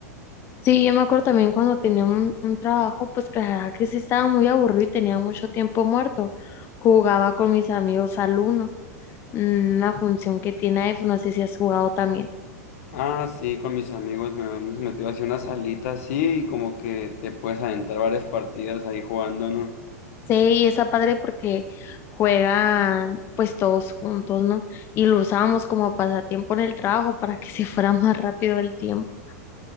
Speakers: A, on the left (about 25°); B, on the left (about 60°).
A: Sí, yo me acuerdo también cuando tenía un, un trabajo, pues que la verdad que sí estaba muy aburrido y tenía mucho tiempo muerto. Jugaba con mis amigos al Uno, mm, una función que tiene iPhone, no sé si has jugado también.
B: Ah, sí, con mis amigos me hemos metido así una salita así y como que te puedes adentrar varias partidas ahí jugando, ¿no?
A: Sí, y está padre porque juegan pues todos juntos, ¿no? Y lo usábamos como pasatiempo en el trabajo para que <laughs> se fuera más rápido el tiempo.